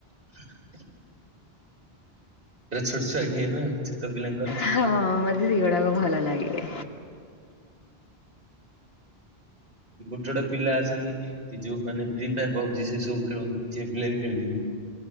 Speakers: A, on the right; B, on the left.
A: <unintelligible> ପୁରା ଛୋଟ ଛୁଆ ଗେମ୍ ଉ ଛୋଟ ପିଲାଙ୍କର।
B: ହଁ ମତେ ସେଗୁଡ଼ାକ ଭଲ ଲାଗେ।
A: ଗୋଟେ ଗୋଟେ ପିଲା ଆସନ୍ତି ଏଇ ଯୋଉ ମାନେ ଫ୍ରି ଫାୟର୍ ପବ୍ ଜି ସେ ସବୁ ଖେଳନ୍ତି ଝିଅ ପିଲା ବି ଖେଳି ଦିଅନ୍ତି।